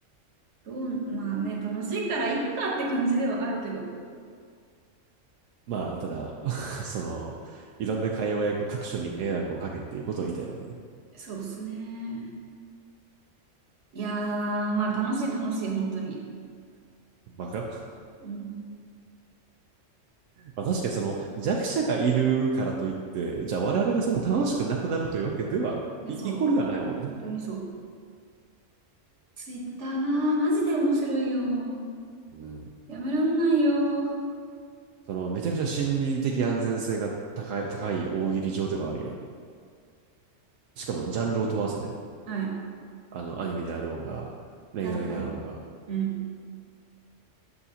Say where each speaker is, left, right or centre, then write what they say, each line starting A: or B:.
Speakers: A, on the right; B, on the right.
A: どう、まあね、楽しいからいっかって感じではあるけど、
B: まあ、ただ、<laughs> その、いろんな界隈が各所に迷惑をかけっていうことを言いたいわけね。
A: そうですね。いやー、まあ楽しい楽しい、本当に。
B: バカ
A: うん。
B: まあ確かにその弱者がいるからといって、じゃあ我々がその楽しくなくなるというわけでは、
A: いや、
B: イコールではないもんな。
A: そう。本当にそう。ツイッターなー、マジで面白いよ。
B: うん。
A: やめらんないよ。
B: そのめちゃくちゃ心理的安全性が高い、高い大喜利上ではあるやん。しかもジャンルを問わずね。
A: はい。
B: あの、アニメであろうが、恋愛であろうが、
A: 確かに。うん。